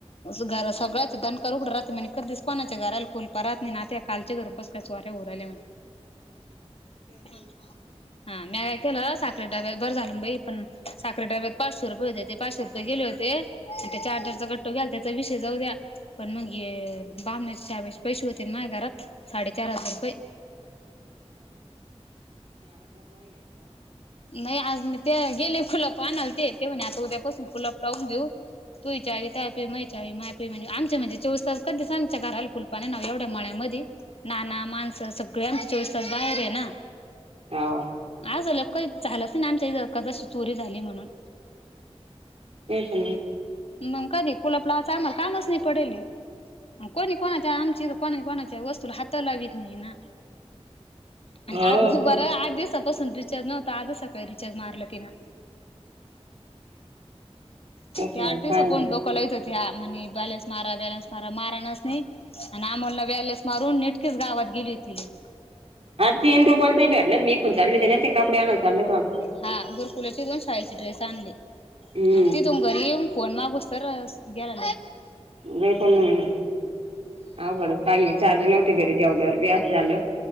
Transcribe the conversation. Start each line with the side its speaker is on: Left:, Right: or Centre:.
Left: घर सगळ्याच दनकर उघड राहते म्ह दिस कोणाच्या घराला कुल परत नाही नात्या कालचे कररून कस कायच उरले म्हणे
Right: हा
Left: हा म काय केलं सा साखरे डव्यात बर झालं बाई पण साखरे डव्या पाचशे रुपये होते ते पाचशे रुपये गेले होते आणि त्या चार्जरचा कट्टो घ्याला त्याचा विषय जाऊ द्या पण मग बमण्याच्या हाब्याचे पैसे होते माय घरात साडेचार हजार रुपये
Right: हा
Left: नाही आज मी ते गेले फुलप आणल ते ते म्हणे आता उद्यापासून फुलप लावून घेऊ तु आ तय पी मै आवी माय पी म्हणजेमचे म्हणे चोवीस तास कधीच आम घ हलकुल पाणी नाव एवढं म्हणा कधी नाना माणसं सगळे आमच्या चोळीस तास बाहेर आहे ना
Right: हाव
Left: आ झालो का चालच ना आमच्या कशी चोरी झाली म्हणून
Right: तेच नाही आहे
Left: मग कधी कुलपलाच आम्हाला कामच नाही पडेल कोणी कोणाच्या आमची कोणी कोणाची वस्तू हाता लावीत नाही ना आणि
Right: हो.
Left: आठ बरं आठ दिवसापासून रिचार्ज नव क का रिचार्ज मारलं तेना
Right: त्याच्यावर
Left: याठ दिवस
Right: काय
Left: पण डोकलाहीच हो म्हणे बॅलेस मारा वॅलस मारा मारा नच नाही आणि आमोलला वॅलेस मारून नेटकीच गावा गेली होती ल
Right: हा तीन रुपयाला ते भटलात मी कोण चालले ना ते कपडे आणायला चालले होते वाटतं.
Left: हा गुरकुलाची दोन शाळेची ड्रेस आणली
Right: हम्म
Left: आणि ती तुम घरी फोन मागूस तर गेला
Right: नाहीई पण अवघड पागली चार्ज नव्हती घरी ते एवढ्या ववर बीस झालं